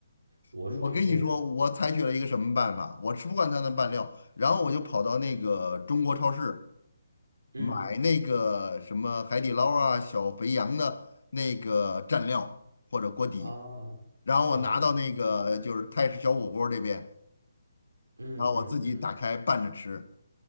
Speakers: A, on the right (about 85°); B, on the left (about 75°).
A: 我属于这种。
B: 我跟你说，我采取了一个什么办法，我吃不惯它的拌料，然后我就跑到那个中国超市。
A: 嗯，
B: 买那个什么海底捞啊、小肥羊的那个蘸料或者锅底，
A: 啊，
B: 然后我拿到那个就是泰式小火锅这边，
A: 哦，了解了解了，嗯嗯嗯，
B: 然后我自己打开拌着吃。